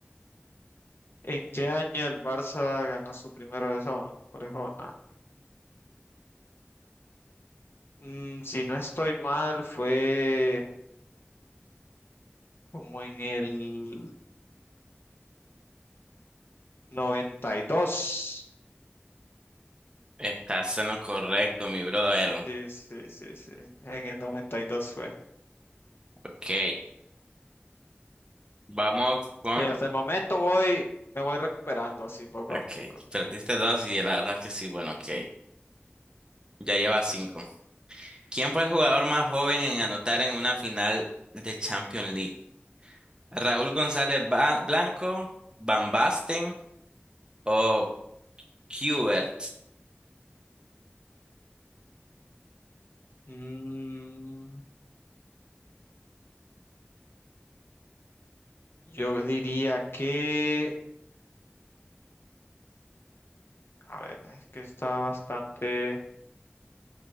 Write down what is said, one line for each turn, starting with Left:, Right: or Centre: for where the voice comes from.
Left: ¿En qué año el Barça ganó su primera orejona? orejona? Mm, si no estoy mal, fue como en el 92.
Right: Estás en lo correcto, mi brother.
Left: Sí, sí, sí, sí. En el 92 fue.
Right: Ok. Vamos con...
Left: Que hasta el momento voy, me voy recuperando así poco
Right: Ok,
Left: a poco.
Right: perdiste dos y la verdad que sí, bueno, ok. Ya lleva cinco. ¿Quién fue el jugador más joven en anotar en una final de Champions League? ¿Raúl González Ba- Blanco, Van Basten o Kubert?
Left: Mm, yo diría que, a ver, es que está bastante.